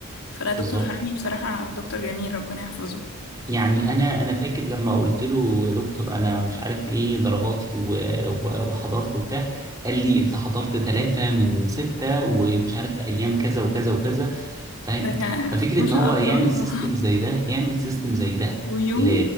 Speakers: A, on the left; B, on the right.
A: فلا دكتور
B: بالظبط
A: حنوني بصراحة دكتور جميل ربنا يحفظه
B: يعني انا انا فاكر لما قلت له يا دكتور انا مش عارف ايه درجاتي و- و- وحضرت وبتاع قال لي انت حضرت ثلاثة من ستة ومش عارف ايام كذا وكذا وكذا فاهم
A: ده كان
B: ففكرة
A: ما شاء
B: ان هو
A: الله
B: يعمل سيستم زي ده يعمل سيستم زي ده
A: <laughs> ويوم
B: ل